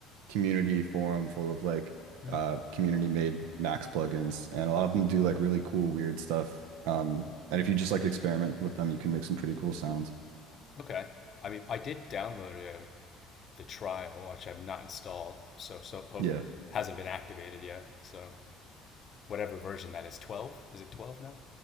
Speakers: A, on the right (about 85°); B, on the left (about 40°).
A: community forum full of like
B: hmm.
A: uh community made Max plugins and a lot of them do like really cool weird stuff. Um and if you just like experiment with them, you can make some pretty cool sounds.
B: okay. I mean, I did download um, the trial, which I've not installed. So so hope
A: Yeah.
B: hasn't been activated yet. So whatever version that is, twelve? Is it twelve now?